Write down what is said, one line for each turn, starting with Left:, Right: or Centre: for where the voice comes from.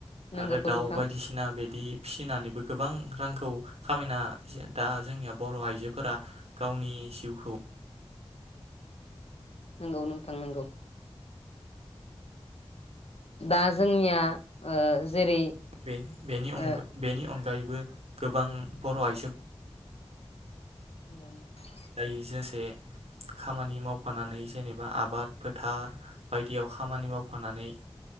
Left: नंगौ
Right: आरो दाउ
Left: नोंथां
Right: बायदिसिना बिदि फिसिनानैबो गोबां रांखौ खामायना जे दा जोंनिया बर' आइजोफोरा गावनि जिउखौ
Left: नंगौ नोंथां नंगौ। दा जोंनिया ओ जेरै
Right: बे बेनि अनगा
Left: ओ
Right: बेनि अनगा फ्राइबो गोबां बर' आइजो
Left: <unintelligible>
Right: दायो खामानि मावफानानै जेनेबा आबाद फोथार बायदियाव खामानि मावफानानै